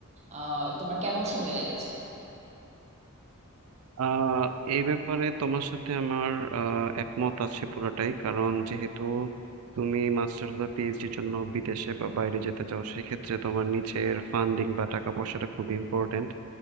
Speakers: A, on the right; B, on the right.
A: আহ তোমার কেমন সময় লেগেছে
B: আহ এই ব্যাপারে তোমার সাথে আমার আহ, একমত আছে পুরোটাই কারণ যেহেতু তুমি মাস্টার্স বা পিএইচডির জন্য বিদেশে বা বাইরে যেতে চাও সেক্ষেত্রে তোমার নিচের ফান্ডিং বা টাকা পয়সাটা খুব ইম্পর্টেন্ট